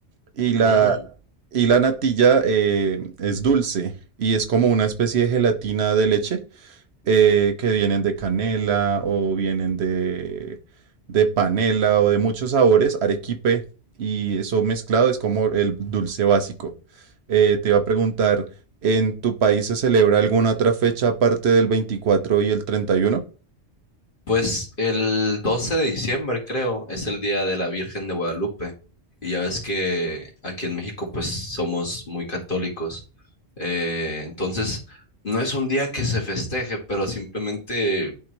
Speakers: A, on the right (about 70°); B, on the left (about 50°).
A: Y la,
B: Mm.
A: y la natilla eh, es dulce y es como una especie de gelatina de leche eh, que vienen de canela o vienen de, de panela o de muchos sabores, arequipe, y eso mezclado es como el dulce básico. Eh, te iba a preguntar, ¿en tu país se celebra alguna otra fecha aparte del 24 y el treinta y uno
B: Pues el 12 de diciembre, creo, es el día de la Virgen de Guadalupe. Y ya ves que aquí en México, pues somos muy católicos. Eh, entonces, no es un día que se festeje, pero simplemente